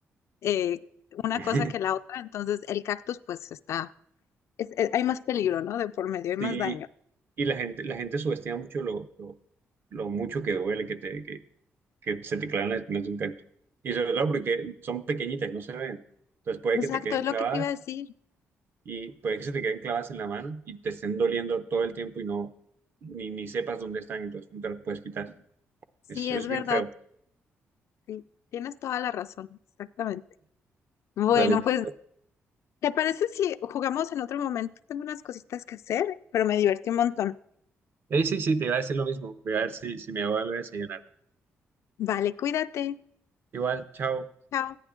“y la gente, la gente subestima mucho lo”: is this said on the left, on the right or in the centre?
Right